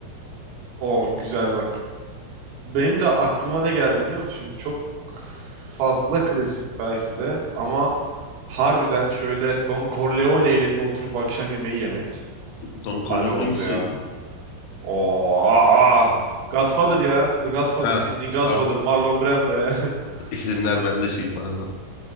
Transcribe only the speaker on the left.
Don Corleone
hangisiydi?
Ha.
Abi
isimler bende şey pardon.